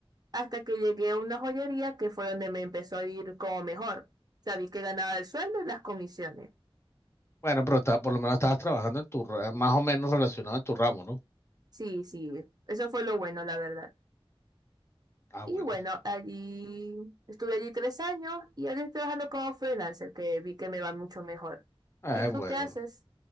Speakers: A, on the right; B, on the left.
A: hasta que llegué a una joyería que fue donde me empezó a ir como mejor. sabí que ganaba el sueldo y las comisiones.
B: Bueno, pero está, por lo menos estabas trabajando en tu, ra- más o menos relacionado en tu ramo, ¿no?
A: Sí, sí, eso fue lo bueno, la verdad.
B: Ah,
A: Y
B: bueno.
A: bueno, allí estuve allí tres años y ahora estoy trabajando como freelancer, que vi que me va mucho mejor.
B: Eh,
A: ¿Y tú
B: bueno.
A: qué haces?